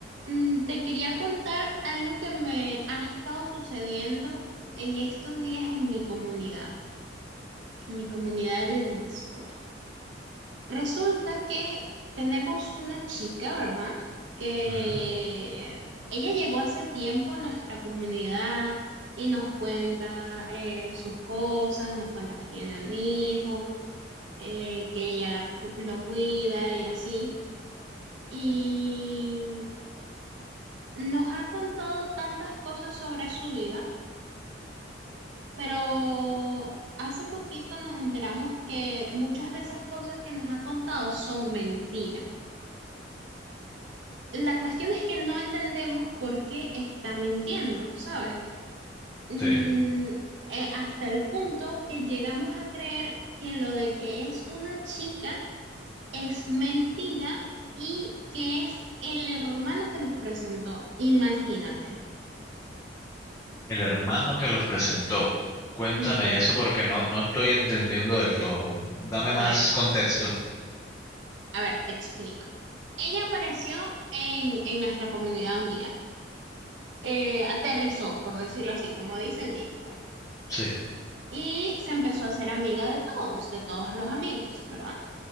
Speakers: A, on the right (about 75°); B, on the left (about 15°).
A: Mm, Te quería contar algo que me ha estado sucediendo en estos días en mi comunidad, en mi comunidad de Discord. Resulta que tenemos una chica, ¿verdad? Que
B: Ujú.
A: ella llegó hace tiempo a nuestra comunidad y nos cuenta eh, sus cosas, nos cuenta que tiene un hijo, eh, que ella la cu- lo cuida y así. Y nos ha contado tantas cosas sobre su vida, pero hace poquito nos enteramos que muchas de esas cosas que nos ha contado son mentiras. La cuestión es que no entendemos por qué está mintiendo, ¿sabes? Mm,
B: Sí,
A: eh, hasta el punto que llegamos a creer que lo de que es una chica es mentira y que es el hermano que nos presentó. Imagínate.
B: el hermano que los presentó. Cuéntame
A: Ujú.
B: eso porque no, no estoy entendiendo del todo. Dame
A: A
B: más
A: ver.
B: contexto.
A: A ver, te explico. Ella apareció en, en nuestra comunidad un día. Eh, aterrizó, por decirlo así, como dice el Discord.
B: Sí,
A: Y se empezó a hacer amiga de todos, de todos los amigos, ¿verdad?